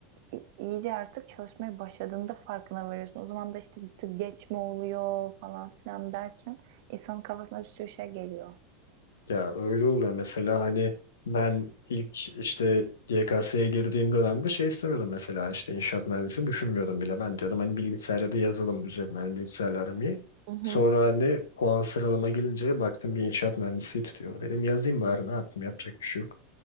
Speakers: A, on the right; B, on the left.
A: i- iyice artık çalışmaya başladığında farkına varıyorsun. O zaman da işte bir tık geç mi oluyor falan filan derken insanın kafasına bir sürü şey geliyor.
B: Ya öyle oluyor mesela hani ben ilk işte YKS'ye girdiğim dönemde şey istemiyordum mesela işte inşaat mühendisini düşünmüyordum bile. Ben diyordum hani bilgisayar ya da yazılım üzerine hani bilgisayarla aram iyi.
A: Hı hı.
B: Sonra hani puan sıralama gelince baktım bir inşaat mühendisi tutuyor. Dedim yazayım bari ne yapayım yapacak bir şey yok.